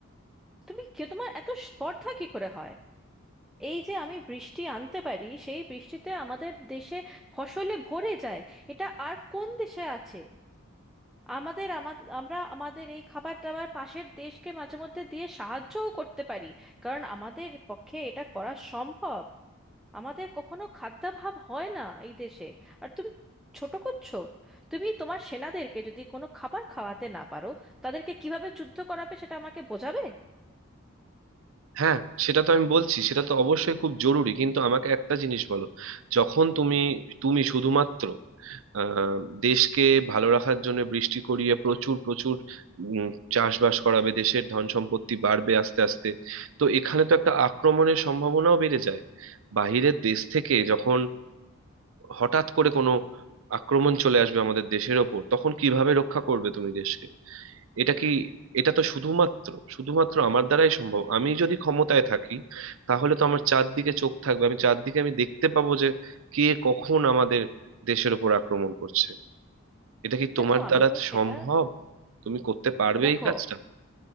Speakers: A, in the centre; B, on the right.
A: তুমি কি তোমার এত স্পর্ধা কি করে হয় এই যে আমি বৃষ্টি আনতে পারি সেই বৃষ্টিতে আমাদের দেশে ফসলে ভরে যায় এটা আর কোন দেশে আছে আমাদের আমাদের আমরা আমাদের এই খাবার দাবার পাশের দেশকে মাঝে মধ্যে দিয়ে সাহায্যও করতে পারি কারণ আমাদের পক্ষে এটা করা সম্ভব আমাদের কখনো খাদ্যাভাব হয় না এই দেশে আর তুমি ছোট করছো তুমি তোমার সেনাদেরকে যদি কোনো খাবার খাওয়াতে না পারো তাদেরকে কিভাবে যুদ্ধ করাবে সেটা আমাকে বোঝাবে
B: হ্যাঁ সেটা তো আমি বলছি সেটা তো অবশ্যই খুব জরুরি কিন্তু আমাকে একটা জিনিস বলো যখন তুমি তুমি শুধুমাত্র আহ দেশকে ভালো রাখার জন্য বৃষ্টি করিয়ে প্রচুর প্রচুর উম, চাষবাস করাবে দেশের ধন সম্পত্তি বাড়বে আস্তে আস্তে তো এখানে তো একটা আক্রমণের সম্ভাবনাও বেড়ে যায় বাইরের দেশ থেকে যখন হঠাৎ করে কোনো আক্রমণ চলে আসবে আমাদের দেশের ওপর তখন কিভাবে রক্ষা করবে তুমি দেশকে এটা কি এটা তো শুধুমাত্র শুধুমাত্র আমার দ্বারাই সম্ভব আমি যদি ক্ষমতায় থাকি তাহলে তো আমার চারদিকে চোখ থাকবে আমি চারদিকে আমি দেখতে পাবো যে কে কখন আমাদের দেশের ওপর আক্রমণ করছে এটা কি
A: হ্যাঁ
B: তোমার
A: তো
B: দ্বারা
A: আমি তো সেটা
B: সম্ভব তুমি করতে পারবে
A: দেখো
B: এই কাজটা